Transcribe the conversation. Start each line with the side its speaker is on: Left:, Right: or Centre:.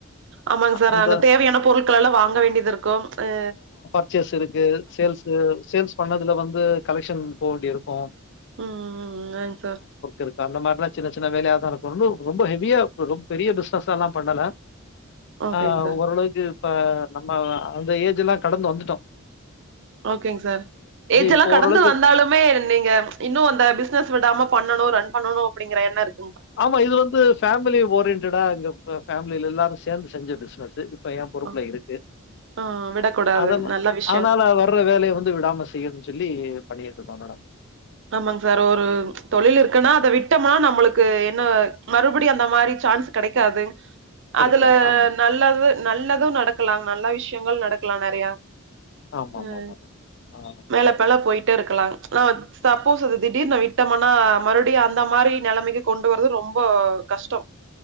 Right: ஆமாங்க சார்
Left: அந்த
Right: அங்க தேவையான பொருட்களள்ளா வாங்க வேண்டியது இருக்கு எ
Left: பர்ச்சஸ் இருக்கு சேல்ஸ் சேல்ஸ் பண்ணதுல வந்து கலெக்ஷன் போக வேண்டி இருக்கு
Right: ம் ம் ம் ம் ம் ஆங்க சார்
Left: இருக்கு அந்த மாதிரிலா சின்ன சின்னவேலையாதா இருக்கு ரொம்ப ஹெவியா பெரிய பிசனஸ் எல்லா பண்ணல
Right: ஓகேங்
Left: ஆ
Right: சார்
Left: ஓரளவுக்கு இப்ப நம்ம அந்த ஏஜ் எல்லா கடந்து வந்துட்டோ
Right: ஓகேங்க சார் ஏஜ் எல்லா
Left: இப்போ
Right: கடந்து
Left: ஓரளவுக்கு
Right: வந்தாலுமே நீங்க இன்னு அந்த பிசினஸ் விடாம பண்ணணும் ரன் பண்ணணு அப்டிங்கிற எண்ண இருக்
Left: ஆமா இது வந்து பேமிலி ஓரியன்டடா இங்க பேமிலில எல்லாரு சேர்ந்து செஞ்ச பிசினஸ் இப்ப ஏ பொறுப்புல
Right: ஆ
Left: இருக்கு
Right: ஆ விடக்கூடாதுங்
Left: அதன்னா
Right: நல்ல விஷயோ
Left: அதனால வர்ற வேலைய வந்து விடாமஸ் செய்யனுன்னு சொல்லி பண்ணிட்டுருக்கோ மேடம்
Right: ஆமாங் சார் ஒரு தொழில் இருக்குன்னா அத விட்டோமா நம்மளுக்கு என்ன மறுபடி அந்த மாரி சான்ஸ் கெடைக்காது
Left: கிடைக்காது.
Right: அதுல
Left: ஆமா.
Right: நல்லது நல்லது நடக்கலா நல்ல விஷயங்கள் நடக்கலா நெறையா
Left: ஆமாமாமா.
Right: ம்
Left: ஆ.
Right: மேலப்பல போயிட்டே இருக்கலாங் நோட்ஸ் சப்போஸ் அது திடீர்னு ந விட்டமனா மறுபடியு அந்த மாரி நெலமைக்கு கொண்டு வரது ரொம்ப கஷ்டோ